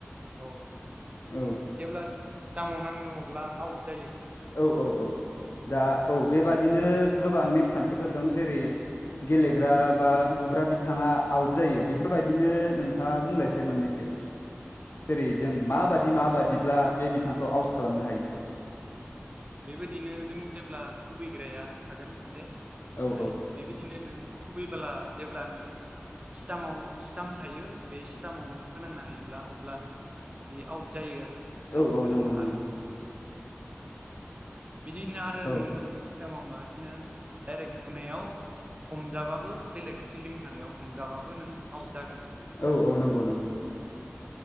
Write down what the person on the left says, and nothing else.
औ
औ औ औ दा औ बेबादिनो। गोबां नेम
खान्थिफोर दं जेरै गेलेग्रा बा बुग्रा बि। बिथाङा आउट जायो बेफोरबायदिनो नोंथाङा बुंलायसै मोननैसो। जेरै जों माबादि माबादिब्ला बे बिथांखौ आउट खालामनो हायो।
औ औ
औ
औ नंगौ नंगौ।
औ
औ औ नंगौ नंगौ।